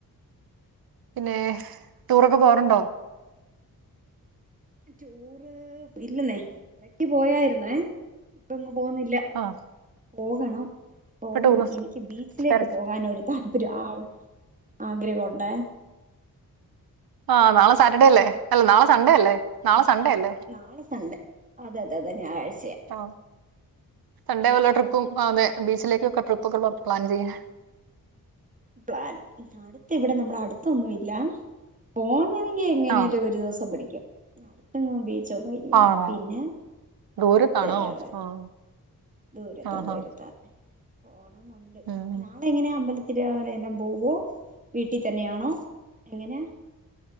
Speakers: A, on the right (about 75°); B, on the right (about 20°).
A: പിന്നെ ടൂറൊക്കെ പോവാറുണ്ടോ
B: ടൂറ് ഇല്ലന്നേ എടക്ക് പോയാരുന്നേ ഇപ്പെങ്ങും പോവുന്നില്ല
A: ആഹ്
B: പോകണം പോകണം
A: ഇപ്പൊ ടൂറിസ്റ്റ്
B: എനിക്ക് ബീച്ചിലേക്ക്
A: തിരക്ക്
B: പോകാൻ ഒരു താല് പര്യം. ആ ആഗ്രഹവൊണ്ടെ
A: ആ നാളെ സാറ്റർഡേ അല്ലേ അല്ല നാളെ സൺഡേ അല്ലേ നാളെ
B: ആ
A: സൺഡേ അല്ലേ
B: നാളെ സൺഡേ അതെ അതെ അതെ ഞായറാഴ്
A: ആ സൺ‌ഡേ വല്ല ട്രി പും ആ അതെ ബീച്ചിലേക്കൊക്കെ ട്രിപ്പൊക്കെ പോവാൻ പ്ലാൻ ചെയ്യാ
B: പ്ലാന് അടുത്ത് ഇവിടെ നമ്മടെ അടുത്തൊന്നും ഇല്ല പോം ണെങ്കി എങ്ങനെ
A: ആഹ്
B: ആയാലും ഒരു ദിവസം പിടിക്കും അടുത്തെങ്ങും ബീ ച്ചൊന്നുവില്ല
A: ആണോ
B: പിന്നെ
A: ദൂരത്താണോ
B: അതെ അതെ അതെ
A: ആഹ്
B: ദൂരത്താ
A: ആഹാ
B: ദൂരത്താ പോണംന്നൊണ്ട്
A: ഉം
B: നാളെ എങ്ങനായാ അമ്പലത്തി <unintelligible> പോവോ വീട്ടിൽ തന്നെയാണോ എങ്ങനാ